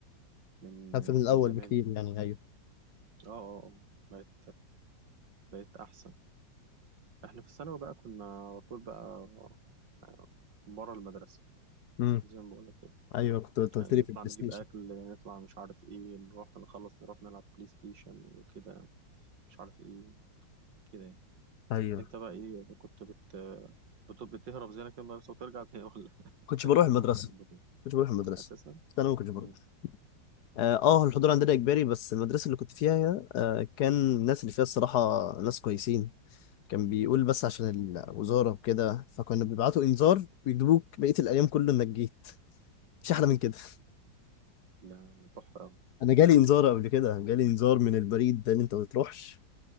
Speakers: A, on the right (about 75°); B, on the left (about 65°).
A: من
B: خف من الاول
A: من زمان
B: بكتير
A: يعني
B: يعني ايوه
A: اه اه آه. بقت بقت أحسن احنا في الثانوي بقى كنا على طول بقى آه، بره المدرسة
B: مم.
A: زي ما بقول لك كده
B: ايوه كنت انت قلت
A: يعني نطلع
B: لي في البلاي
A: نجيب
B: ستيشن
A: أكل نطلع مش عارف إيه نروح نخلص نروح نلعب بلاي ستيشن وكده مش عارف إيه كده يعني
B: ايوه
A: أنت بقى إيه كنت بت بت- بتهرب زي أنا كده من المدرسة وترجع تاني ولا <laughs> ما
B: كنتش
A: كانش
B: بروح
A: عندكم
B: المدرسه
A: الكلام ده
B: كنتش بروح المدرسه
A: أساسا؟
B: بس انا ما كنتش بروح
A: مم.
B: اه آه، الحضور عندنا اجباري بس المدرسه اللي كنت فيها آه كان الناس اللي فيها الصراحه ناس كويسين كان بيقول بس عشان الوزاره وكده فكنا بيبعتوا انذار ويجيبوك بقيه الايام كله انك جيت مش احلى من كده <laughs>
A: لا تحفة أوي
B: انا جالي انذار قبل كده جالي انذار من البريد ده ان انت ما تروحش